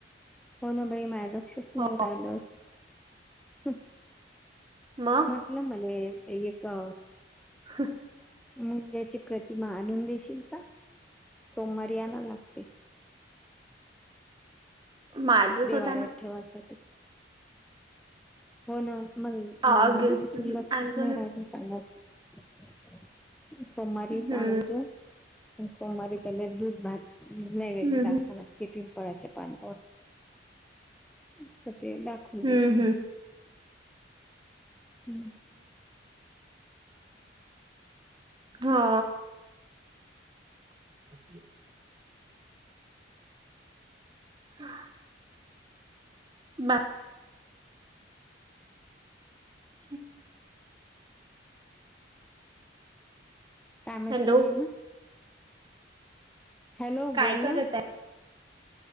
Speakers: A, in the centre; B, on the right.
A: हो ना बाई मिळाल नाही
B: हो
A: राहिलं होत
B: मग
A: म्हटलं मले एक का
B: ह
A: मुंज्याची प्रतिमा आणून देशील का सोमवारी आण <unintelligible>
B: माझच
A: देवाऱ्यात
B: होता ना
A: ठेवासाठी हो ना मग म्हणजे
B: अजून
A: तू लक्षच नाही राहील सांगायचं सोमवारीच
B: हम्म
A: आनजो सोमवारी पहिले दूध भात नैवेद्य
B: हम्म
A: दाखवाव लागते पिंपळाच्या पानावर अच्छ ते दाखवून
B: हम्म
A: देईन मग
B: हम्म
A: हम्म
B: हो <inaudible> हा बा <inaudible>
A: काय म्हटलं
B: हॅलो
A: मी न हॅलो
B: काय
A: बोल
B: करत
A: ना
B: आहे